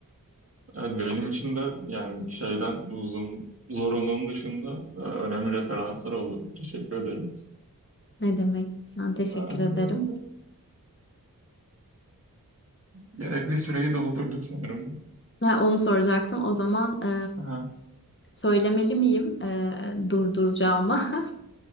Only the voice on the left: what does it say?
Ne demek? Ben teşekkür
ederim.
Ha, onu soracaktım. O zaman e,
söylemeli miyim e, durduracağımı? <laughs>